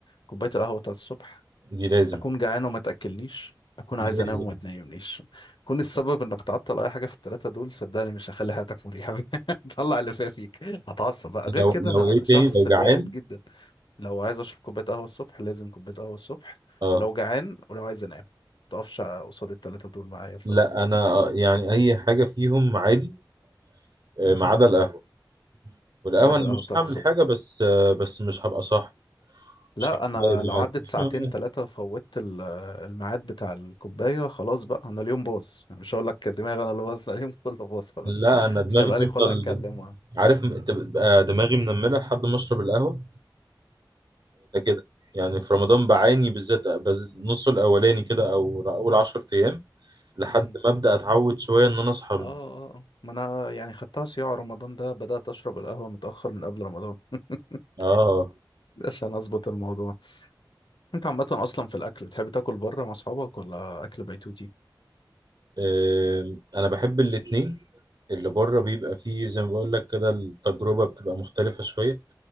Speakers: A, on the left; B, on the right.
A: كوبايه القهوه بتاعت الصبح
B: دي لازم
A: اكون جعان وما تاكلنيش اكون
B: دي
A: عايز
B: لازم
A: انام وما تنيمنيش كون السبب انك تعطل اي حاجه في الثلاثه دول صدقني مش هخلي حياتك مريحه <laughs> طلع اللي فيها فيك هتعصب بقى غير
B: لو
A: كده انا
B: لو ايه
A: شخص
B: تاني لو
A: بارد
B: جعان
A: جدا لو عايز اشرب كوبايه قهوه الصبح لازم كوبايه قهوه الصبح
B: اه
A: ولو جعان ولو عايز انام متقفش قصاد الثلاثه دول معايا بصراحه
B: لا انا
A: <laughs>
B: آه، يعني اي حاجه فيهم عادي آه، ما عدا القهوه والقهوه
A: كوبايه
B: انا
A: القهوه
B: مش
A: بتاعت
B: هعمل
A: الصبح
B: حاجه بس آه، بس مش هبقى صاحي
A: لا
B: مش هبقى
A: انا لو
B: معاك
A: عدت ساعتين ثلاثه فوتت ال- الميعاد بتاع الكوبايه خلاص بقى انا اليوم باظ أنا مش هقول لك دماغي انا اللي باظ لا، اليوم <laughs> كله باظ خلاص
B: لا انا
A: <laughs>
B: دماغي
A: مش هيبقى
B: تفضل
A: لي خلق اتكلم و-
B: عارف
A: مم.
B: م- تبقى دماغي منمله لحد ما اشرب القهوه ده كده يعني في رمضان بعاني بالذات بز نص الاولاني كده او اول 10 ايام لحد
A: مم.
B: ما ابدا اتعود شويه ان انا اصحى من
A: اه آه، آه. ما انا يعني خدتها صياع رمضان ده بدات اشرب القهوه متاخر من قبل رمضان <laughs>
B: اه
A: عشان اظبط الموضوع انت عامه اصلا في الاكل بتحب تاكل بره مع اصحابك ولا اكل بيتوتي
B: آم، انا بحب الاتنين اللي بره
A: مم.
B: بيبقى فيه زي ما بقول لك كده التجربه بتبقى مختلفه شويه